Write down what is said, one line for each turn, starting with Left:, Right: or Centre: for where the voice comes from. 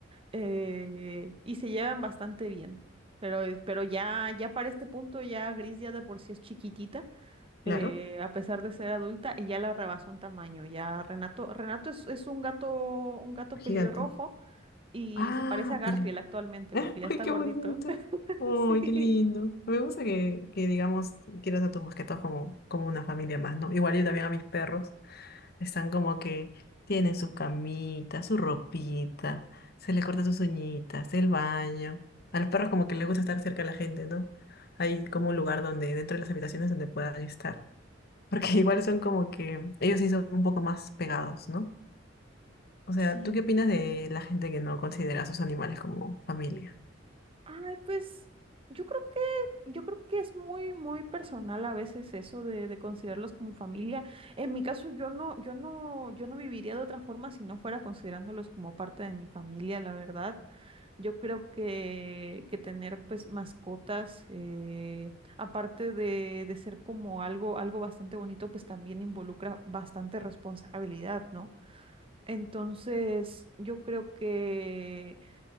Right: eh, y se llevan bastante bien. Pero, eh, pero ya, ya para este punto, ya Gris ya de por sí es chiquitita. eh,
Left: Claro,
Right: a pesar de ser adulta, y ya la rebasó en tamaño. Ya Renato, Renato es, es un gato, un gato pelirrojo
Left: gigante.
Right: y
Left: Ah,
Right: se parece a Garfield
Left: peleo.
Right: actualmente
Left: <laughs>
Right: porque ya
Left: Ay,
Right: está
Left: qué
Right: gordito.
Left: bonito.
Right: <laughs>
Left: Ay,
Right: Sí,
Left: qué lindo. Me gusta que, que digamos, quieras a tus mascotas como, como una familia más, ¿no? Igual yo también a mis perros. Están como que tienen sus camitas, su ropita, se les corta sus uñitas, el baño. A los perros como que les gusta estar cerca de la gente, ¿no? Hay como un lugar donde, dentro de las habitaciones donde puedan estar. Porque <laughs> igual son
Right: Mm.
Left: como que, ellos sí son un poco más pegados, ¿no? O sea,
Right: sí,
Left: ¿tú qué opinas de la gente que no considera a sus animales como familia?
Right: Ay, pues yo creo que, yo creo que es muy, muy personal a veces eso de, de considerarlos como familia. En mi caso, yo no, yo no, yo no viviría de otra forma si no fuera considerándolos como parte de mi familia, la verdad. Yo creo que, que tener pues mascotas, eh, aparte de, de ser como algo, algo bastante bonito, pues también involucra bastante responsabilidad, ¿no? Entonces, yo creo que